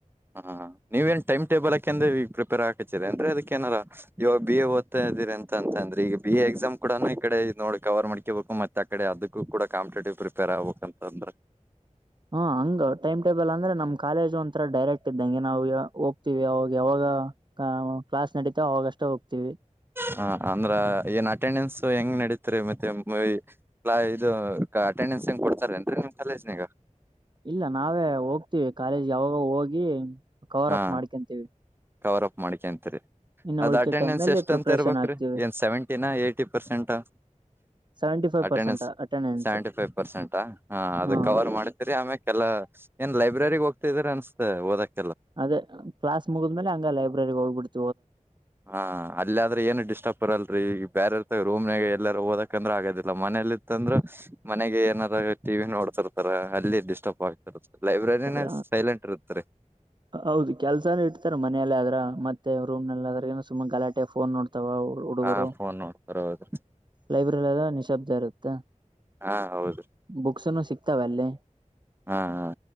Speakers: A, on the right; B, on the right.
A: ಹಾ ಹಾ ನೀವ ಏನ್ ಟೈಮ್ ಟೇಬಲ್ ಹಾಕೆಂಡ್ ಪ್ರಪರ್ ಆತ. ಕತೇರಿ ಏನ್ ರಿ ಅದಕ ಏನ ಆರ ಇವಾಗ ಬಿ ಎ ಓದ್ತಾ ಇದೀರಿ ಅಂತ ಅಂದ್ರೆ ಈಗ ಬಿ ಎಕ್ಸಾಮ್ ಕೂಡ ಈಕಡೆ ನೋ ಕವರ್ ಮಾಡ್ಕೇಬೇಕು ಮತ್ತ ಆ ಕಡೆ ಅದಕ್ಕೂ ಕೂಡ ಕಾಂಪಿಟೇಟಿವ್ ಪ್ರಿಪೇರ್ ಆಗ್ಬೇಕ ಅಂತ ಅಂದ್ರ.
B: ಹಾ ಹಂಗ ಟೈಮ್ ಟೇಬಲ್ ಅಂದ್ರೆ ನಮ್ ಕಾಲೇಜ ಒಂಥರ ಡೈರೆಕ್ಟ್ ಇದ್ದಂಗೆ ನಾವವು ಹೋಗ್ತಿವಿ ಅವಾಗ ಯಾವಾಗ. ಹ ಕ್ಲಾಸ್ ನಡೀತ ಅವಾಗಷ್ಟ ಹೋಗ್ತೀವಿ.
A: ಹ ಅಂದ್ರ ಏನ್ ಅಟೆಂಡೆನ್ಸ್ ಹೆಂಗ್ ನಡೀತ್ರಿ ಮತ್ತೆ ವಿ ಕ್ಲಾ ಇದು. ಅಟೆಂಡೆನ್ಸ್ ಏನ ಕೊಡ್ತಾರೇನ್ರಿ ನಿಮ್ ಕಾಲೇಜ ನ್ಯಾಗ.
B: ಇಲ್ಲ ನಾವೇ ಹೋಗ್ತೀವಿ ಕಾಲೇಜ್ ಯಾವಾಗ ಹೋಗಿ ಕವರ್
A: ಹಾ
B: ಅಪ್ ಮಾಡ್ಕಂತೀವಿ.
A: ಕವರ್ ಅಪ್ ಮಾಡ್ಕ್ಯಂತಿರಿ.
B: ಇನ್ನು
A: ಅದ್
B: ಉಳಕೆ
A: ಅಟೆಂಡೆನ್ಸ್
B: ಟೈಮ್ ಅಲ್ಲಿ
A: ಎಷ್ಟ
B: ಪ್ರಿಪರೇಷನ್
A: ಅಂತ ಇರ್ಬೇಕ್ರೀ
B: ಆಗ್ತೀವಿ
A: ಏನ್ ಸೆವೆಂಟಿನ ಎಟಿ ಪರ್ಸೆಂಟಾ.
B: Seventy five
A: attendance
B: percent attendance
A: seventy five ಪರ್ಸೆಂಟಾ ಹ ಅದ
B: ಹಾ
A: ಕವರ್ ಮಾಡತೇರಿ ಆಮೆಕ್ ಎಲ್ಲಾ. ಏನ್ ಲೈಬ್ರೆರಿಗೆ ಹೋಗತಿದ್ರ ಅನ್ಸ್ತತ ಓದಕ್.
B: ಅದೇ ಕ್ಲಾಸ್ ಮುಗಿದ್ಮೇಲೆ ಹಂಗ ಲೈಬ್ರರಿಗ ಹೋಗ್ಬಿಡ್ತ.
A: ಹಾ ಅಲ್ಲ ಆದ್ರೆ ಏನು ಡಿಸ್ಟರ್ಬ್ ಇರಲರಿ ಬೇರೆ <unintelligible> ರೂಮ್ನಾಗ ಎಲ್ಲಾರೆ ಓದಕ್. ಯಾಕಂದ್ರೆ ಆಗೋದಿಲ್ಲ ಮನೇಲಿತ್ತ ಅಂದ್ರ ಮನೆಗೆ ಏನಾದ ಟಿವಿ ನೋಡುತ್ತಿರತ್ತಾರ. ಅಲ್ಲಿ ಡಿಸ್ಟರ್ಬ್ ಆಗ್ತಿರುತ್ತ ಲೈಬ್ರರಿನ
B: ಕೆಲ
A: ಸೈಲೆಂಟ್ ಇರ್ತ್ತರಿ.
B: ಹೌದು ಕೆಲ್ಸಾನ ಇಡ್ತರ ಮನೆಯಲ್ಲೇ ಆದ್ರೆ ಮತ್ತೆ ರೂಮ್ ನಲ್ಲಿ ಅದ್ರ ಸುಮಾ ಗಲಾಟೆ ಫೋನ್ ನೋಡ್ತ. ತವ ಹುಡುಗರು
A: ಹಾ ಫೋನ್ ನೋಡ್ತಾರ ಹೌದ್ರಿ
B: ಲೈಬ್ರರಿ ಅಲ್ಲಿಅದರ ನಿಶಬ್ದ ಇರುತ್ತ.
A: ಹಾ ಹೌದ್ರಿ
B: ಬುಕ್ಸ್ನು ಸಿಕ್ತಾವ ಅಲ್ಲಿ.
A: ಹಾ ಹಾ